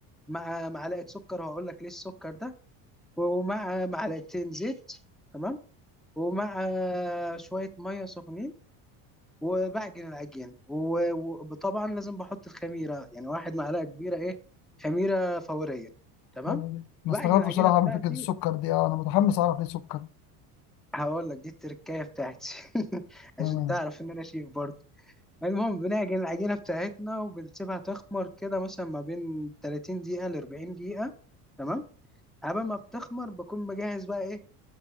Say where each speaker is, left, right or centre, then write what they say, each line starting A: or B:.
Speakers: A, in the centre; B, on the left (about 60°).
A: مع معلقة سكر وهقول لك ليه السكر ده ومع معلقتين زيت تمام ومع شوية مية سخنين وبعجن العجين و- وطبعا لازم بحط الخميره يعني واحد معلقه كبيره ايه خميره فوريه تمام
B: حلو جدا انا
A: بعجن
B: استغربت
A: العجينه
B: بصراحه
A: بتاعتي
B: من فكره السكر دي اه انا متحمس اعرف ليه سكر
A: هقول لك دي التركايه بتاعتي <laughs> عشان
B: تمام
A: تعرف ان انا شيف برضه المهم بنعجن العجينه بتاعتنا وبنسيبها تخمر كده مثلا ما بين 30 دقيقه ل 40 دقيقه تمام قبل ما بتخمر بكون بجهز بقى ايه